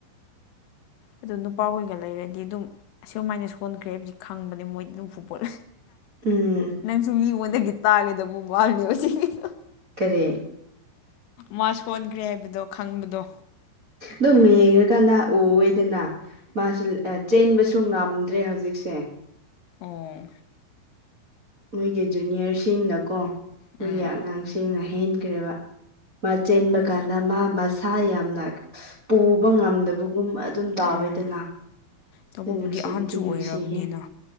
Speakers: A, on the left; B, on the right.
A: ꯑꯗꯨ ꯅꯨꯄꯥ ꯍꯣꯏꯒ ꯂꯩꯔꯗꯤ ꯑꯗꯨꯝ ꯑꯁꯨꯃꯥꯏꯅ ꯁꯣꯟꯈ꯭ꯔꯦ ꯍꯥꯏꯕꯗꯤ ꯈꯪꯕꯅꯦ ꯃꯣꯏꯗꯤ ꯑꯗꯨꯝ ꯐꯨꯠꯕꯣꯜ
B: ꯎꯝ
A: ꯅꯪꯁꯨ ꯃꯤꯉꯣꯟꯗꯒꯤ ꯇꯥꯒꯗꯕ ꯃꯥꯜꯂꯤ ꯍꯧꯖꯤꯛꯀꯤꯗꯣ
B: ꯀꯔꯤ
A: ꯃꯥ ꯁꯣꯟꯈ꯭ꯔꯦ ꯍꯥꯏꯕꯗꯣ ꯈꯪꯕꯗꯣ
B: ꯗꯨꯝ ꯌꯦꯡꯔꯀꯥꯟꯗ ꯎꯏꯌꯦꯗꯅꯥ ꯃꯥꯁꯨ ꯆꯦꯟꯕꯁꯨ ꯉꯥꯝꯗ꯭ꯔꯦ ꯍꯧꯖꯤꯛꯁꯦ
A: ꯑꯦ
B: ꯃꯣꯏꯒꯤ ꯖꯨꯅꯤꯌꯔꯁꯤꯡꯅꯀꯣ ꯃꯣꯏꯒꯤ
A: ꯎꯝ
B: ꯑꯉꯥꯡꯁꯤꯡꯅ ꯍꯦꯟꯒ꯭ꯔꯦꯕ ꯃꯥ ꯆꯦꯟꯕ
A: ꯍꯣꯏꯅꯦ
B: ꯀꯥꯟꯗ ꯃꯥ ꯃꯁꯥ ꯌꯥꯝꯅ ꯄꯨꯕ ꯉꯝꯗꯕꯒꯨꯝ ꯑꯗꯨꯝ ꯇꯥꯎꯋꯤꯗꯅ
A: ꯎꯝ ꯇꯧꯕꯕꯨꯗꯤ
B: ꯗꯣ ꯅꯨꯡꯁꯤꯕꯗꯤ
A: ꯑꯍꯟꯁꯨ ꯑꯣꯏꯔꯕꯅꯤꯅ
B: ꯅꯨꯡꯁꯤꯌꯦ